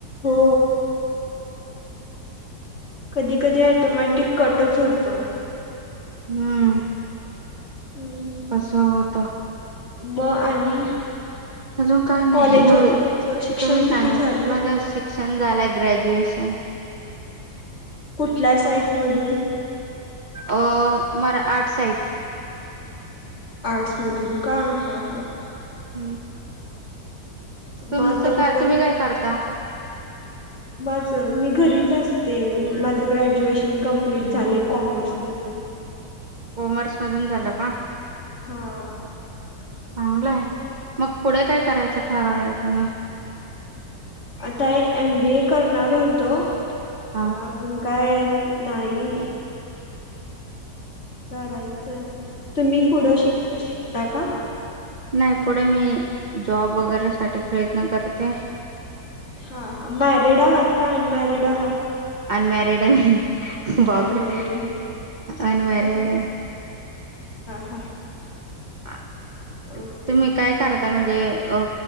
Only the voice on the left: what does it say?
हो. कधी कधी ऑटोमॅटिक कटच होतो.
हम्म. हम्म,
मग आणि
कॉलेज
तुमचं शिक्षण
किती
झालंय?
कुठल्या साईटमधून.
आर्ट्स मधून का हा हा ह.
मग
आता कुठं
माझं.. मी घरीच असते माझं ग्रॅज्युएशन कंप्लीट झालं कॉमर्स मधून. हम.
हा.
काय एम बी ए करणार होतो
व अजून काय. नाही. करायचंय तुम्ही पुढं शिकत शिकता का.
हा हा मॅरिड आहात का अनमॅरिड आहात.
अनमॅरिड
हा
हा
ओके